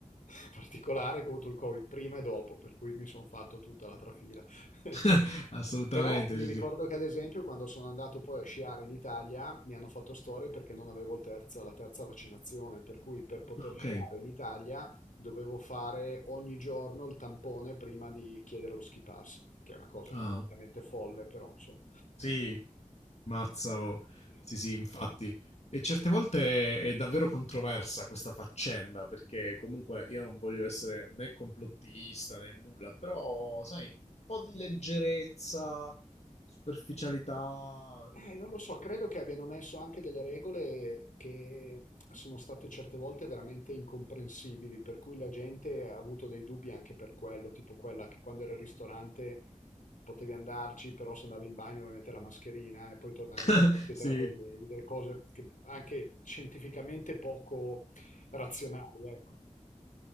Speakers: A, on the left (about 80°); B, on the left (about 55°).
A: <laughs> particolare è che ho avuto il Covid prima e dopo, per cui mi sono fatto tutta la trafila. <laughs>
B: <laughs> Assolutamente,
A: Però mi
B: sì,
A: ricordo
B: sì.
A: che ad esempio quando sono andato poi a sciare in Italia mi hanno fatto storie perché non avevo il terza- la terza vaccinazione, per cui per poter
B: Ah, Ok.
A: sciare in Italia dovevo fare ogni giorno il tampone prima di chiedere lo ski pass, che è una cosa
B: Ah,
A: completamente folle, però insomma.
B: sì. Mazza, oh.
A: <laughs>
B: Sì, sì, infatti. E certe volte è davvero controversa questa faccenda, perché comunque io non voglio essere né complottista né nulla, però, sai, un po' di leggerezza, superficialità.
A: Eh, non lo so, credo che abbiano messo anche delle regole che sono state certe volte veramente incomprensibili, per cui la gente ha avuto dei dubbi anche per quello, tipo quella che quando era al ristorante potevi andarci, però se andavi in bagno dovevi mettere la mascherina e poi tornavi sul
B: eh,
A: piatto
B: Sì,
A: e te la toglievi, delle cose che anche scientificamente poco razionali, ecco.